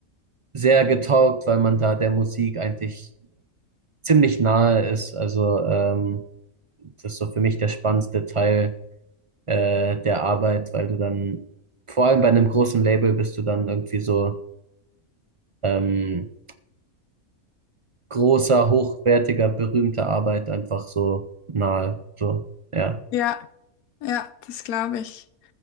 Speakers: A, on the right (about 45°); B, on the left (about 85°).
A: sehr getaugt, weil man da der Musik eigentlich ziemlich nahe ist. Also ähm, das ist so für mich der spannendste Teil äh, der Arbeit, weil du dann vor allem bei einem großen Label bist du dann irgendwie so ähm, großer, hochwertiger, berühmter Arbeit einfach so nahe. So, ja.
B: ja, ja, das glaube ich.